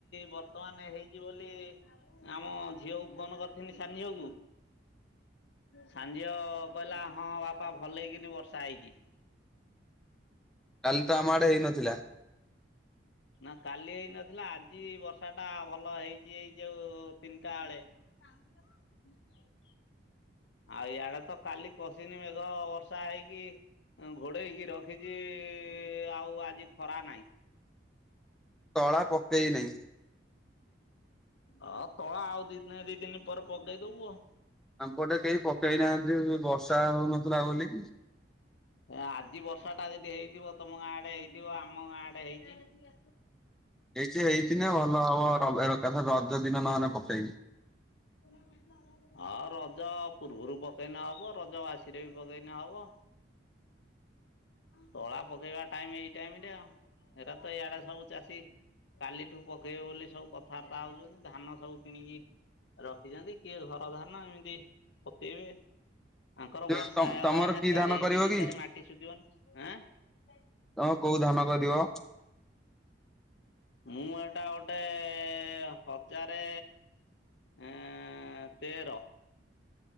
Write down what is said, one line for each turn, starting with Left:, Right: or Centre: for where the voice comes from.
Left: ବର୍ତ୍ତମାନ ହେଇଚି ବୋଲି ଆମ ଝିଅକୁ ଫୋନ୍ କରିଥିନି ସାନଝୀଅକୁ ସାନ ଝିଅ କହିଲା ହଁବାପା ଭଲ କିନି ବର୍ଷା ହେଇଚି।
Centre: କାଲିତ ଆମ ଆଡ଼େ ହେଇନଥିଲା।
Left: ନା କାଲି ହେଇନଥିଲା ଆଜି ବର୍ଷାଟା ଭଲ ହେଇଚି ଏଇ ଯୋଉ ତିନିଟା ବେଳେ। <unintelligible> ଆଉ ଇଆଡ଼େତ କାଲି କଷିନି ମେଘ ବର୍ଷା ହେଇକି ଘୋଡ଼େଇକି ରଖିଚି ଆଉ ଆଜି ଖରା ନାହିଁ।
Centre: ତଳା ପକେଇ ନେହି।
Left: ହଁ ତଳା ଆଉ ଦିନେ ଦିଦିନି ପରେ ପକେଇଦବୁ ଆଉ।
Centre: ଆମପଟେ କେହି ପକେଇ ନାହାନ୍ତି ବର୍ଷା ହଉନଥିଲା ବୋଲି।
Left: ଆଜି ବର୍ଷାଟା ଯଦି ହେଇଥିବ ତମ ଗାଁଆଡ଼େ ହେଇଥିବ ଆମ ଗାଁଆଡ଼େ ହେଇଚି।
Centre: ହେଇଚେ ହେଇଥିନେ ଭଲ ହବ ଏକାଥରେ ରଜ ଦିନ ନହେନେ ପକେଇମି।
Left: ହେଲୋ ଆସ। ହଁ ରଜ ପୂର୍ବରୁ ପକେଇନେ ହବ ରଜ ବାସିରେ ବି ପକେଇନେ ହବ। ତଳା ପକେଇବା ଟାଇମ୍ ଏଇ ଟାଇମ୍ ରେ ଆଉ ହେରା ତ ଇଆଡ଼େ ସବୁ ଚାଷୀ କାଲିଠୁ ପକେଇବେ ବୋଲି ସବୁ କଥାବାର୍ତ୍ତା ହଉଚନ୍ତି ଧାନ ସବୁ କିଣିକି ରଖିଚନ୍ତି କିଏ ଧାନ ଏମିତି ପକଇବେ। ଆଙ୍କର
Centre: ଯୋଉ
Left: ବର୍ଷା ହେଇଗଲା
Centre: ତମର
Left: ଏଇନା
Centre: କି
Left: ଚାରି
Centre: ଧାନ କରିବ
Left: ଦିନି
Centre: କି?
Left: ସାରି ମାଟି ଶୁଖିବନି। ଆଁ?
Centre: ତମେ କୋଉ ଧାନ କରିବ?
Left: ମୁଁ ଏଟା ଗୋଟେ ହଜାରେ ଏଁ ତେର।